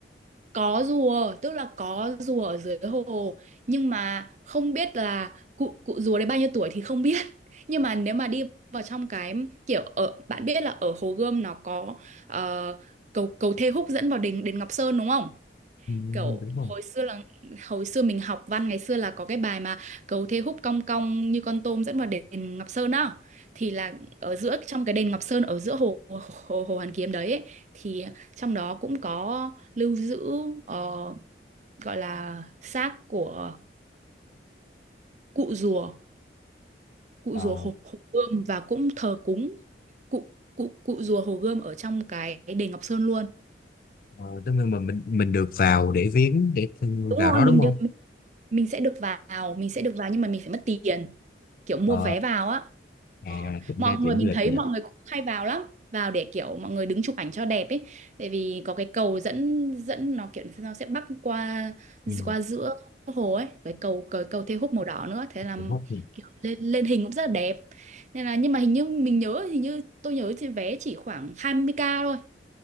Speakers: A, on the right (about 40°); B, on the left (about 50°).
A: có rùa tức là có rùa ở dưới hồ nhưng mà không biết là cụ cụ rùa đấy bao nhiêu tuổi thì không biết <laughs> nhưng mà nếu mà đi vào trong cái kiểu ở bạn biết là ở Hồ Gươm nó có ờ, cầu cầu Thê Húc dẫn vào đền đền Ngọc Sơn đúng không
B: Ừ,
A: kiểu
B: đúng không?
A: hồi xưa là hồi xưa mình học văn ngày xưa là có cái bài mà cầu thế húc cong cong như con tôm dẫn vào đền Ngọc Sơn á thì là ở giữa trong cái đền Ngọc Sơn ở giữa hồ hồ, hồ, hồ Hoàn Kiếm đấy ấy, thì trong đó cũng có lưu giữ ờ, gọi là xác của cụ rùa cụ
B: Ờ,
A: rùa hồ, hồ Gươm và cũng thờ cúng cụ cụ cụ rùa hồ Gươm ở trong cái đền Ngọc Sơn luôn
B: ờ, tức là mà mình mình được vào để viếng để
A: đúng
B: vào đó
A: rồi mình
B: đúng không?
A: được mình sẽ được vào mình sẽ được vào nhưng mà mình phải mất tiền kiểu mua
B: Ờ,
A: vé vào á
B: à,
A: Ờ,
B: cũng
A: mọi
B: đa điểm
A: người mình
B: du lịch
A: thấy
B: nhỉ.
A: mọi người cũng hay vào lắm vào để kiểu mọi người đứng chụp ảnh cho đẹp ấy tại vì có cái cầu dẫn dẫn nó kiểu nó sẽ bắc qua
B: Ừ,
A: qua giữa hồ ấy cái cầu cái cầu thê húc màu đỏ nữa thế là
B: điểm hot nhỉ.
A: kiểu lên lên hình cũng rất là đẹp nên là nhưng mà hình như mình nhớ hình như tôi nhớ trên vé chỉ khoảng hai mươi k thôi